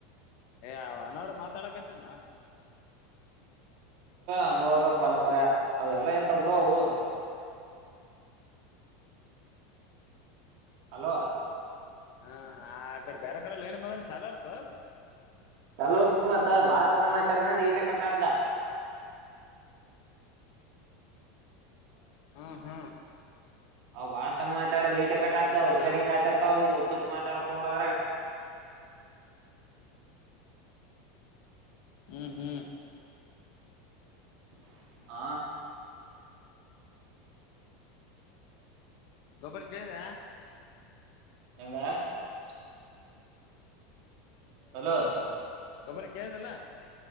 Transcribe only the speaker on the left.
ಏ ಅನವ್ರ ಮಾತಾಡಕತ್ತನ.
ಹ್ಮ ಆ ಅ ಕಡೆ ಬೇರೆ ಕಡೆ ಲೈನ್ ಬಂದ್ರೆ ಚಾಲು ಇರ್ತದ ಅದು.
ಹ್ಮ ಹ್ಮ
ಹಾ
ಹ್ಮ್ ಹ್ಮ್
ಗೊಬ್ಬರ ಕೇಳಿದ?
ಗೊಬ್ಬರ ಕೇಳ್ದಿಲ್ಲ?